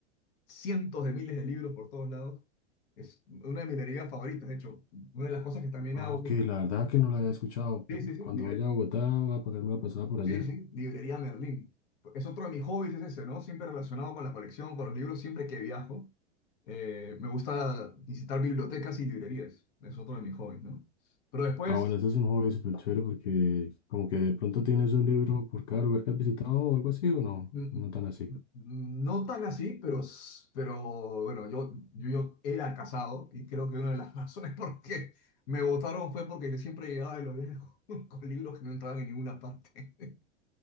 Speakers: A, on the left (about 50°); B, on the left (about 70°).
A: cientos de miles de libros por todos lados. Es una de mis librerías favoritas, de hecho, una de las cosas que también
B: Ah,
A: hago.
B: ok, la verdad que no la había escuchado.
A: Sí, sí, sí,
B: Cuando
A: libre-
B: vaya a Bogotá voy a ponerme la pasada por allá.
A: sí, sí, librería Merlín. Es otro de mis hobbies, es ese, ¿no? Siempre relacionado con la colección, con los libros, siempre que viajo. eh, me gusta visitar bibliotecas y librerías, es otro de mis hobbies, ¿no? Pero después...
B: Ah, bueno, ese es un hobby súper chévere porque como que de pronto tienes un libro por cada lugar que has visitado o algo así, o no,
A: Mm,
B: no tan así.
A: mm, mm, No tan así, pero, s- pero bueno, yo, yo, yo era casado y creo que una de las <laughs> razones por qué me votaron fue porque yo siempre llegaba de los lejos <laughs> con libros que no entraban en ninguna parte. <laughs>